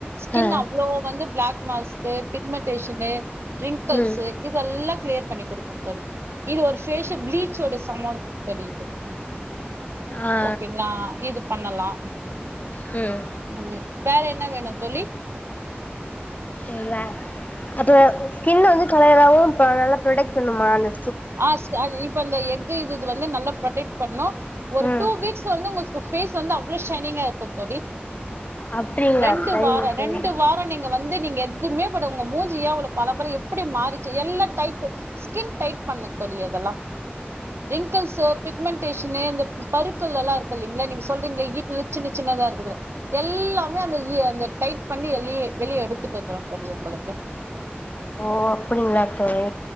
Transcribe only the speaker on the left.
ஆ
ம்
ஆ
ம்
தே அது ஸ்கின் வந்து கலராவு நல்லா ப்ராடக்ட் பண்ணுமா லி
ம்
அப்படிங்களா
சரிங்க
தோழி
ஓ அப்டிங்களா தோழி